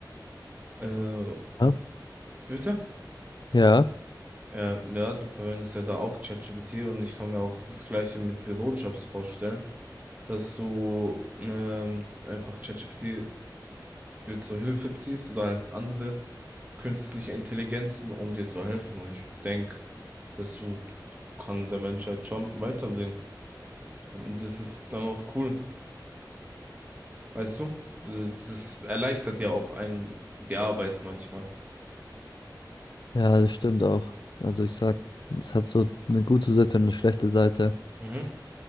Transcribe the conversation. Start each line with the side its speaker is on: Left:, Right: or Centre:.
Right: Äh,
Left: Ja,
Right: bitte?
Left: ja,
Right: Äh, ja, du verwendest ja da auch ChatGPT und ich kann mir auch das Gleiche mit Bürojobs vorstellen dass du ähm, einfach ChatGPT dir zur Hilfe ziehst oder halt andere künstliche Intelligenzen, um dir zu helfen. Und ich denke, das so kann der Menschheit schon weiterbringen. Und das ist dann auch cool. Weißt du? Äh, Das erleichtert ja auch einen die Arbeit manchmal.
Left: ja, das stimmt auch. Also ich sag, es hat so eine gute Seite und eine schlechte Seite.
Right: Mhm.